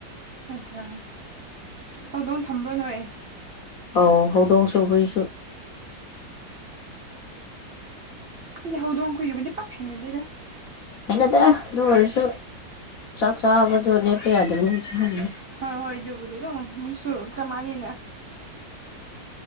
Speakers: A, on the right; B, on the left.
A: ꯅꯠꯇꯔꯒ ꯍꯧꯗꯣꯡ ꯊꯝꯕꯔ ꯅꯣꯏ
B: ꯑꯧ ꯍꯧꯗꯣꯡ ꯁꯨ ꯍꯨꯏ ꯁꯄ
A: ꯑꯣꯗꯤ ꯍꯧꯗꯣꯡ ꯀꯨꯏꯕꯗꯤ ꯄꯥꯈꯥꯏꯅꯗꯦꯗ <unintelligible>
B: ꯍꯩ ꯅꯗꯦ ꯑꯗꯨ ꯑꯣꯏꯔꯁꯨ ꯆꯥꯛ ꯆꯥꯕꯗꯣ ꯂꯤꯞꯄ ꯌꯗꯕꯅꯤꯅ ꯆꯥꯔꯤꯅꯤ
A: ꯍꯣꯏ ꯍꯣꯏ ꯑꯗꯨꯕꯨꯗꯤ ꯀꯣ ꯃꯣꯏꯁꯨ ꯀꯃꯅꯤꯅ